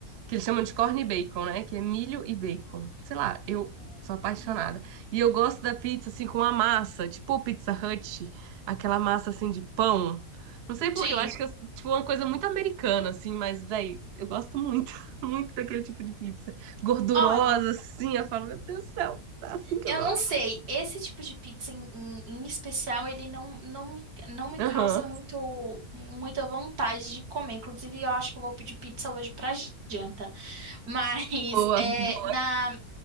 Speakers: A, on the right; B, on the right.
A: que eles chamam de corn e bacon, né? Que é milho e bacon. Sei lá, eu
B: Hum.
A: sou apaixonada. E eu gosto da pizza, assim, com a massa, tipo Pizza Hut, aquela massa, assim, de pão. Não sei por
B: Sim.
A: quê, eu acho que é, tipo, é uma coisa muito americana, assim, mas, velho, eu gosto muito, <laughs> muito daquele tipo de pizza. Gordurosa,
B: Olha.
A: assim, eu falo, meu Deus do céu, tá assim que
B: Eu
A: eu gosto.
B: não sei, esse tipo de pizza em, em- em especial, ele não, não, me- não me
A: Aham,
B: causa muito, muita vontade de comer. Inclusive, eu acho que eu vou pedir pizza hoje pra janta. <laughs> Mas
A: boa,
B: é,
A: boa.
B: na,